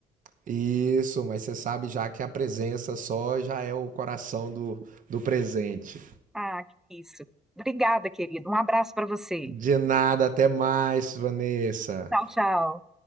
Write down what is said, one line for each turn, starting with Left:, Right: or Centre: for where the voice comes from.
Right: Isso, mas você sabe já que a presença só já é o coração do, do presente.
Centre: Ah, que isso. Obrigada, querido. Um abraço para você.
Right: De nada, até mais, Vanessa.
Centre: Tchau, tchau.